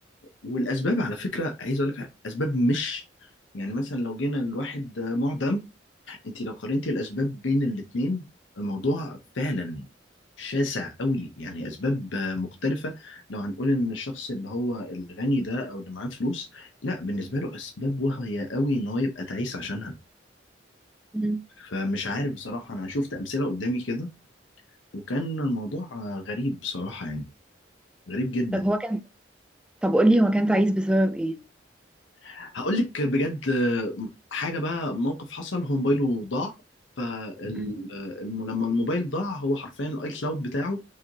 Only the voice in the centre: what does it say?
مم.
طب هو كان طب قولي هو كان تعيس بسبب ايه
مم.